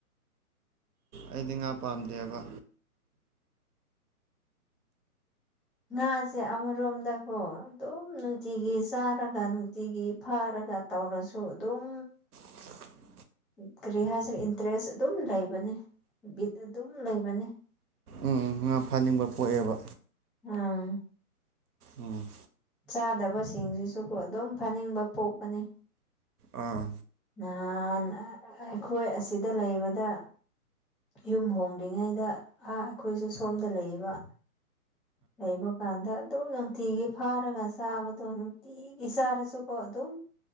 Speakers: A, on the right; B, in the centre.
A: ꯑꯩꯗꯤ ꯉꯥ ꯄꯥꯝꯗꯦꯕ
B: ꯉꯥꯁꯦ ꯑꯃꯔꯣꯝꯗꯀꯣ ꯑꯗꯨꯝ ꯅꯨꯡꯇꯤꯒꯤ ꯆꯥꯔꯒ ꯅꯨꯡꯇꯤꯒꯤ ꯐꯥꯔꯒ ꯇꯧꯔꯁꯨ ꯑꯗꯨꯝ
A: <unintelligible>
B: ꯀꯔꯤ ꯍꯥꯏꯁꯤꯔꯦ ꯏꯟꯇꯔꯦꯁ ꯑꯗꯨꯝ ꯂꯩꯕꯅꯤ ꯕꯤꯠ ꯑꯗꯨꯝ ꯂꯩꯕꯅꯤ
A: ꯎꯝ ꯉꯥ ꯐꯥꯅꯤꯡꯕ ꯄꯣꯛꯑꯦꯕ
B: ꯑꯥ
A: ꯎꯝ
B: ꯆꯥꯗꯕꯁꯤꯡꯁꯤꯁꯨ ꯑꯗꯨꯝ ꯐꯥꯅꯤꯡꯕ ꯄꯣꯛꯄꯅꯤ
A: ꯑꯥ
B: ꯅꯍꯥꯟ ꯑꯩꯈꯣꯏ ꯑꯁꯤꯗ ꯂꯩꯕꯗ ꯌꯨꯝ ꯍꯣꯡꯗ꯭ꯔꯤꯉꯩꯗ ꯑꯥ ꯑꯩꯈꯣꯏꯁꯨ ꯁꯣꯝꯗ ꯂꯩꯔꯤꯕ ꯂꯩꯕ ꯀꯥꯟꯗ ꯑꯗꯨꯝ ꯅꯨꯡꯊꯤꯒꯤ ꯐꯥꯔꯒ ꯆꯥꯕꯗꯣ ꯅꯨꯡꯇꯤꯒꯤ ꯆꯥꯔꯁꯨꯀꯣ ꯑꯗꯨꯝ